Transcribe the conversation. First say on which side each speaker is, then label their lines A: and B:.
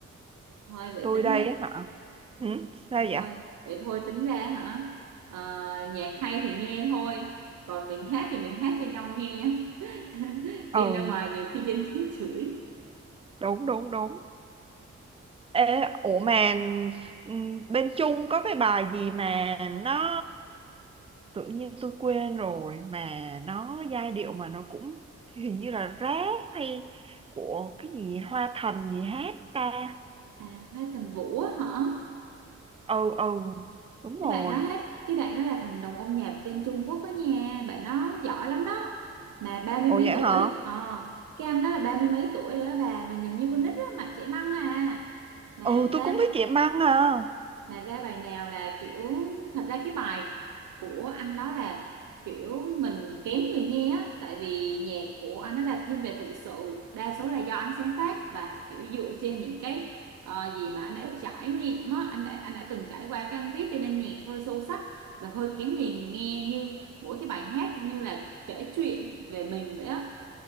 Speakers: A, on the right; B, on the right.
A: thôi vậy
B: Tôi
A: tính
B: đây
A: ra
B: á hả? Ừ, sao
A: thôi
B: vậy?
A: vậy thôi tính ra hả ờ, nhạc hay thì nghe thôi còn mình hát thì mình hát cho nhau nghe <laughs>
B: Ừ,
A: đem ra ngoài nhiều khi dân chúng chửi
B: đúng đúng đúng. Ê, ủa mà ừm, bên Trung có cái bài gì mà nó tự nhiên tôi quên rồi mà nó giai điệu mà nó cũng hình như là rap hay của cái gì Hoa Thần gì hát ta
A: à Hoa Thành Vũ á hả
B: ừ ừ đúng rồi
A: cái bạn đó hết cái bạn đó là thần đồng âm nhạc bên Trung Quốc đó nha bạn đó giỏi lắm đó mà ba mươi
B: ồ
A: mấy
B: vậy
A: tuổi
B: hả
A: ờ cái anh đó là ba mươi mấy tuổi rồi đó bà mà nhìn như con nít á mặt chảy măng à mà
B: ừ tôi
A: ra
B: cũng thích chị Măng à
A: mà ra bài nào là kiểu thật ra cái bài của anh đó là kiểu mình kém người nghe á tại vì nhạc của anh đó là thiên về tự sự đa số là do anh sáng tác và kiểu dựa trên những cái ờ, gì mà anh đã trải nghiệm á anh đã, anh đã từng trải qua cái anh viết cho nên nhạc hơi sâu sắc và hơi kén người nghe như mỗi cái bài hát như là kể chuyện về mình vậy á